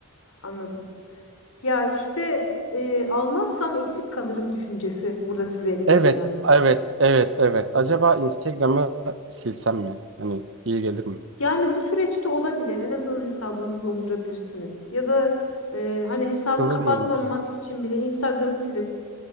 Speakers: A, on the left (about 70°); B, on the right (about 55°).
A: Anladım. Ya işte e, almazsam eksik kalırım düşüncesi burada sizi ele geçiren.
B: Evet, evet, evet, evet. Acaba Instagram'ı silsem mi? Hani iyi gelir mi?
A: Yani bu süreçte olabilir. En azından hesabınızı dondurabilirsiniz. Ya da e, hani
B: Sıkılır
A: hesabı kapatmamak
B: mıyım ki?
A: için bile Instagram'ı silip